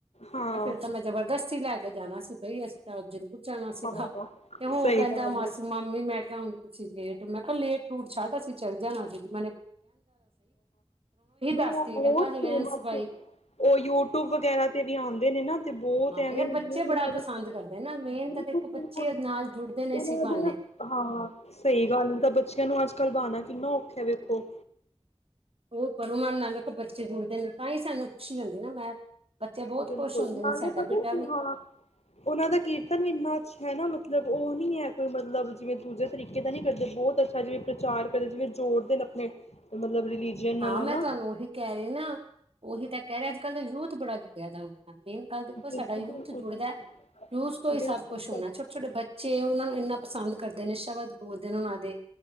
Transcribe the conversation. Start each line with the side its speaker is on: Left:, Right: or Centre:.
Left: ਹਾਂ
Right: ਫਿਰ ਤਾਂ ਮੈਂ ਜਬਰਦਸਤੀ ਲੈ ਕੇ ਜਾਣਾ ਸੀ, ਪਈ ਅਸੀਂ ਤਾਂ ਜਰੂਰ ਜਾਣਾ ਸੀਗਾ,
Left: ਹਾਂ
Right: ਤੇ ਔ
Left: ਸਹੀ
Right: ਕਹਿੰਦਾ
Left: ਗੱਲ
Right: ਮਾਸੀ ਮਾਮੀ ਮੈਂ ਕਿਹਾ ਹੁਣ ਤੁਸੀਂ ਲੇਟ, ਮੈਂ ਕਿਹਾ ਲੇਟ ਲੂਟ ਛੱਡ ਅਸੀਂ ਚਲ ਜਾਣਾ ਜੇ ਮ ਦੱਸ
Left: ਬਹੁਤ
Right: ਕੇ ਕਹਿੰਦਾ ਅਜੇ ਰਹਿਣ
Left: ਫ
Right: ਸਬਾਈ
Left: ਉਹ ਯੂਟਿਊਬ ਵਗੈਰਾ ਤੇ ਵੀ ਆਉਂਦੇ ਨੇ ਨਾ ਬਹੁਤ
Right: ਹਾਂ
Left: ਐਵੇਂ
Right: ਯਾਰ
Left: ਉਹਨਾਂ
Right: ਬੱਚੇ ਬੜਾ
Left: ਦੇ
Right: ਪਸੰਦ ਕਰਦੇ ਨਾ ਮੇਨ
Left: ਬਿਲਕੁਲ,
Right: ਤਾਂ ਦੇਖੋ ਬੱਚੇ
Left: ਬਿਲਕੁਲ
Right: ਨਾਲ ਜੁੜਦੇ ਨੇ
Left: ਉਹਨਾਂ
Right: ਇਸੀ ਬਹਾਨੇ
Left: ਦੇ ਹਾਂ ਸਹੀ ਗੱਲ ਤਾਂ ਬੱਚਿਆਂ ਨੂੰ ਅੱਜ ਕਲ ਬਾਣਾ ਕਿੰਨਾ ਔਖਾ ਵੇਖੋ
Right: ਔ ਕਰੋ ਨਾਲ, ਨਾਲ ਦੇਖੋ ਬੱਚੇ ਜੁੜਦੇ ਨੇ ਤਾਂ ਹੀ ਸਾਨੂੰ ਖੁਸ਼ੀ ਹੁੰਦੀ ਨਾ ਮੈਂ ਬੱਚੇ ਬਹੁਤ
Left: ਬਿਲਕੁਲ
Right: ਖੁਸ਼ ਹੁੰਦੇ
Left: ਨਾਲੇ
Right: ਨੇ ਸਾਡਾ
Left: ਪਤਾ
Right: ਬੇਟਾ
Left: ਕਿ
Right: ਵੀ
Left: ਹਾਂ ਉਹਨਾਂ ਦਾ ਕੀਰਤਨ ਵੀ ਇੰਨਾ ਅੱਛਾ ਹੈ, ਨਾਲ ਮਤਲਬ ਉਹ ਨੀ ਹੈ ਕੋਈ ਮਤਲਬ ਜਿਵੇਂ ਦੂਜੇ ਤਰੀਕੇ ਦਾ ਨੀ ਕਰਦੇ ਬਹੁਤ ਅੱਛਾ ਜਿਵੇਂ ਪ੍ਰਚਾਰ ਕਰਦੇ, ਜਿਵੇਂ ਜੋੜਦੇ ਨੇ ਆਪਣੇ ਮਤਲਬ ਰਿਲੀਜੀਅਨ ਨਾਲ
Right: ਹਾਂ
Left: ਹਨਾ।
Right: ਮੈਂ ਤੁਹਾਨੂੰ ਔਹੀ ਕਹਿ ਰਹੀ ਨਾ, ਔਹੀ ਤਾਂ ਕਹਿ ਰਹੇ ਅੱਜ -ਕੱਲ੍ਹ ਯੂਥ ਬੜਾੁ ਜੂੜਿਆ ਦਾ ਮੇਨ ਗੱਲ ਦੇਖੋ ਸਾਡਾ
Left: ਬਿਲਕੁਲ
Right: ਯੂਥ
Left: ਬਿਲਕੁਲ
Right: ਜੁੜਦਾ,
Left: ਬਿਲਕੁਲ।
Right: ਯੂਥ ਤੋਂ ਹੀ
Left: ਬਿਲਕੁਲ
Right: ਸਭ ਕੁਛ ਹੋਣਾ
Left: ਸਹੀ ਗੱਲ
Right: ਛੋਟੇ- ਛੋਟੇ
Left: ਹੈ।
Right: ਬੱਚੇ ਉਹਨਾਂ ਨੂੰ ਇੰਨਾ ਪਸੰਦ ਕਰਦੇ ਨੇ, ਸ਼ਬਦ ਬੋਲਦੇ ਨੇ ਉਹਨਾਂ ਦੇ